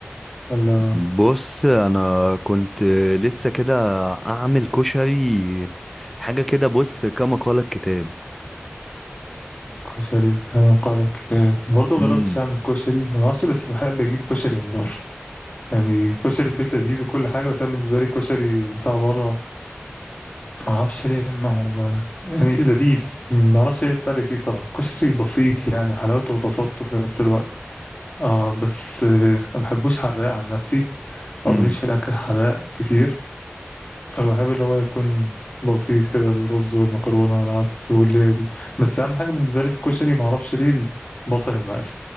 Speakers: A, on the left; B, in the centre.
A: ولا
B: بص انا كنت لسه كده اعمل كشري حاجه كده بص كما قال الكتاب
A: كشري كما قال الكتاب برضو
B: امم
A: جربتش أعمل كشري معرفش بس بحب أجيب كشري من بره يعني كشري البيت لذيذ وكل حاجة بس أنا بالنسبة لي كشري بتاع بره معرفش ليه ما هو يعني لذيذ معرفش ايه الفرق فيه صراحة كشري بسيط يعني حلاوته في بساطته في نفس الوقت اه بس آه، ما بحبوش حراق عن نفسي او
B: امم
A: ماليش في الاكل حراق كتير فبحب اللي هو يكون بسيط كده الرز والمكرونه والعدس والليله دي بس اهم حاجه بالنسبه لي في الكشري ما اعرفش ليه البصل المقلي